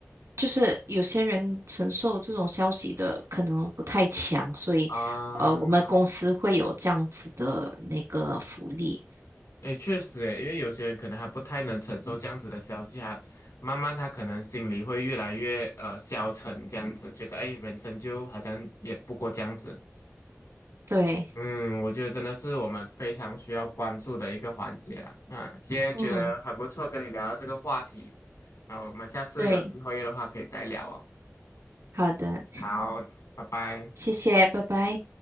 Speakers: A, on the right; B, on the left.
A: 就是有些人承受这种消息的可能不太强，所以呃我们公司会有这样子的那个福利。
B: 啊，诶，确实诶，因为有些人可能还不太能承受这样子的消息啊，慢慢他可能心里会越来越呃消沉，这样子觉得诶，人生就好像也不过这样子。
A: 对，
B: 嗯，我觉得真的是我们非常需要关注的一个环节啊。那今天觉得很不错，
A: 嗯，
B: 跟你聊到这个话题，那我们下次有机会的话可以再聊哦。
A: 对，好的，
B: 好，拜拜。
A: 谢谢，拜拜。